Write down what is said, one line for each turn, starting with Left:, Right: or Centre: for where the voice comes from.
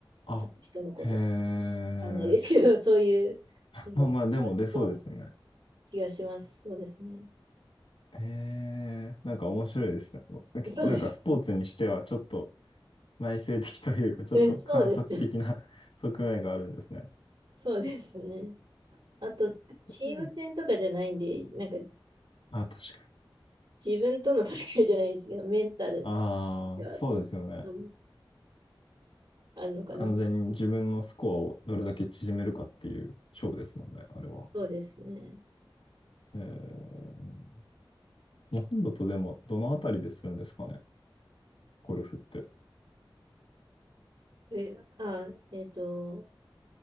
Left: あ、
Right: その人のこと、
Left: へえ。
Right: わかんないですけど、<laughs> そういうのがありそうな
Left: まあまあ、でも出そうですね。
Right: 気がします。そうですね。
Left: へえなんか面白いですね。
Right: そうです。
Left: なんかスポーツにしてはちょっと内省的というか、ちょっと観察的な
Right: うんそうです。
Left: <laughs> 側面があるんですね。
Right: そうですね。あと、チーム戦とかじゃないんで、
Left: ええ
Right: なんか
Left: あ、確かに。
Right: 自分との戦いじゃないですけど、メンタル
Left: ああ、
Right: ではそういうのも
Left: そうですよね。
Right: あるのかな。
Left: 完全に自分のスコアをどれだけ縮めるかっていう勝負ですもんね、あれは。
Right: そうですね。
Left: ええ日本だとでもどのあたりでするんですかね、ゴルフって。
Right: え、あ、えっと、